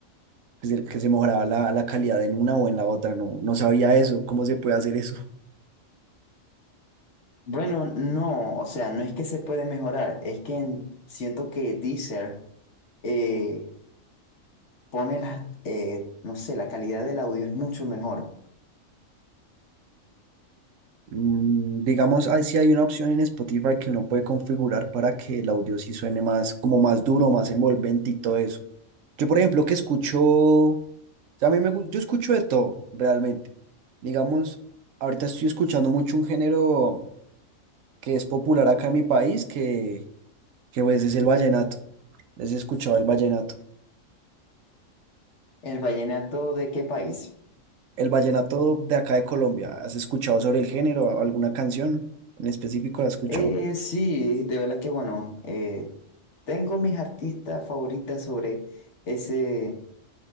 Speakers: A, on the right; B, on the left.
A: que se, que se mejoraba la, la calidad en una o en la otra, no, no sabía eso, ¿cómo se puede hacer eso?
B: Bueno, no, o sea, no es que se puede mejorar, es que en- siento que Deezer eh, pone las, eh, no sé, la calidad del audio es mucho mejor.
A: Mm, digamos, ah, sí hay una opción en Spotify que uno puede configurar para que el audio sí suene más, como más duro, más envolvente y todo eso. Yo, por ejemplo, que escucho sea, a mí me, gu- yo escucho de todo, realmente. Digamos, ahorita estoy escuchando mucho un género que es popular acá en mi país, que, que pues es el vallenato. Les he escuchado el vallenato.
B: ¿El vallenato de qué país?
A: El vallenato de acá de Colombia. ¿Has escuchado sobre el género? ¿Alguna canción en específico la has escuchado?
B: Eh, sí, de verdad que bueno, eh, tengo mis artistas favoritas sobre ese